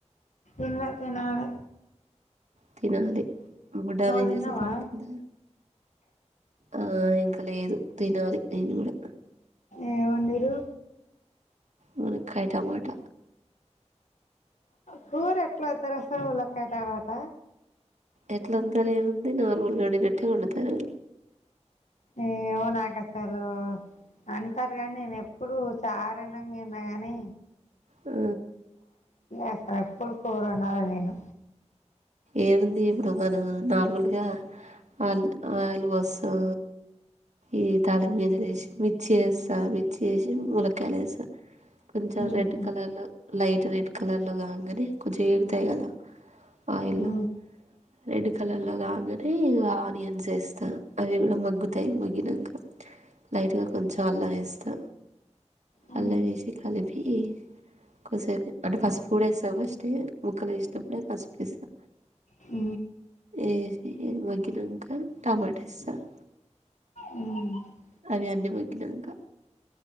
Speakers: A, on the left; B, on the right.
A: ఇంగ తిన్నాలి
B: తినాలి బుడ్డ వేంజేసి
A: తిన్నావా
B: పడ ద ఆ ఇంకా లేదు తినాలి నేను కూడా
A: ఏమ్ వండరు
B: మన కయట మాట
A: కూర ఎట్లా ఎత్తారో రస ములకాయతమాట
B: ఎట్లా అంతారు ఏముంది నార్మల్ గా వండినట్టే వండుతారు
A: ఏమో నాకు అసలు అంటారు కాని నేను ఎప్పుడుూ చారైన విన్నా గాని
B: ఆ
A: ఎక్కడ ఎప్పుడు కూర వండల నేను
B: ఏముంది ఇప్పుడు మనం నార్మల్గా ఆల్ ఆయిల్ పోస్తాం ఈ తాలిం గింజలు వేసి మిర్చి చేస్తా మిర్చి చేేసి ములక్కయలు వేస్తాం కొంచెం
A: ఉహు.
B: రెడ్ కలర్ లో లైట్ కొంచం రెడ్ కలర్ లో కాగానే కొంచెం ఎగుతాయి కదా ఆయిల్లో
A: అ
B: రెడ్ కలర్లో కాగానే ఇగ ఆనియన్స్ వేస్తా అవి కూడా మగ్గుతాయి మగ్గినాక లైట్గా కొంచెం అల్లం వేస్తా
A: ఉమ్.
B: అల్లావేసి కలిపి కీ కొద్దసేపు అంటే ఫస్ట్ ఫుడ్ వేస్తావు ఫస్ట్ ఏ ముక్కలు వేసినప్పుడే పసుపు వేస్తా
A: హు
B: చేసి మగ్గినక టమాట ఎస్తారు
A: ఉమ్. ఉమ్.
B: అవి అన్నీ మొగ్కిినక